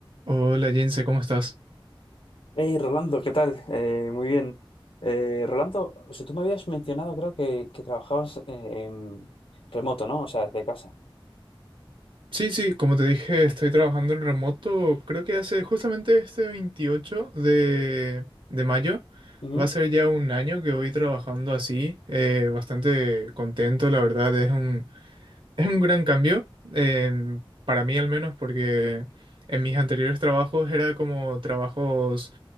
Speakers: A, on the right; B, on the left.
A: Hola Jense, ¿cómo estás?
B: Hey, Rolando, ¿qué tal? Eh, muy bien. Eh, Rolando, o sea, tú me habías mencionado, creo que, que trabajabas eh, en remoto, ¿no? O sea, desde casa.
A: Sí, sí, como te dije, estoy trabajando en remoto. Creo que hace justamente este 28 de, de mayo.
B: Ujú.
A: Va a ser ya un año que voy trabajando así. eh, bastante contento, la verdad. Es un, <laughs> es un gran cambio, em, para mí al menos, porque en mis anteriores trabajos era como trabajos